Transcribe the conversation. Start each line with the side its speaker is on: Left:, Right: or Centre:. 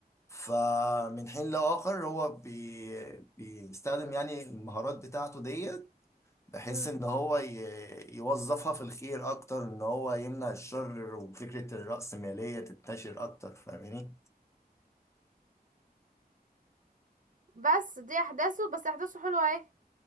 Left: فمن حين لآخر هو بي... بيستخدم يعني المهارات بتاعته ديت بحيث
Right: امم
Left: إن هو ي... يوظفها في الخير أكتر إن هو يمنع الشر وفكرة الرأسمالية تنتشر أكتر فاهماني
Right: بس دي احداثه بس احداثه حلوه اهي